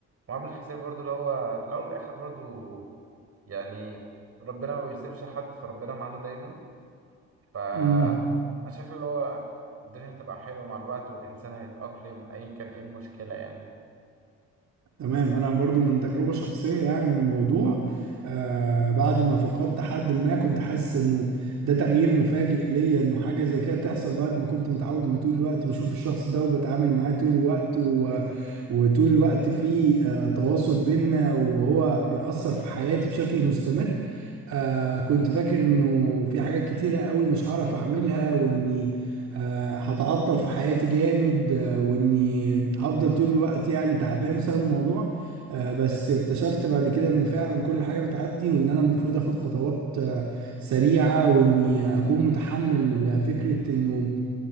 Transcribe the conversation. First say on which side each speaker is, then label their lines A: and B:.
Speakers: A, on the right (about 50°); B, on the right (about 65°).
A: وعامل حسابي برضو اللي هو في الأول والآخر برضو يعني ربنا ما بيسيبش حد فربنا معانا دايما ف
B: امم
A: أنا شايف اللي هو الدنيا هتبقى حلوة مع الوقت والإنسان هيتأقلم أيا كان إيه المشكلة يعني
B: تمام انا برضو من تجربه شخصيه يعني الموضوع آه بعد ما فقدت حد ما كنت حاسس انه ده تغيير مفاجئ ليا انه حاجه زي كده تحصل بعد ما كنت متعود ان طول الوقت بشوف الشخص ده وبتعامل معاه طول الوقت و... وطول الوقت في آه تواصل بينا وهو بيأثر في حياتي بشكل مستمر آه كنت فاكر انه في حاجات كتيرة قوي مش هعرف اعملها واني آه هتعطل في حياتي جامد آه واني هفضل طول الوقت يعني تعبان بسبب الموضوع آه بس اكتشفت بعد كده ان فعلا كل حاجة بتعدي وان انا المفروض اخد خطوات آه سريعة واني اكون متحمل فكرة انه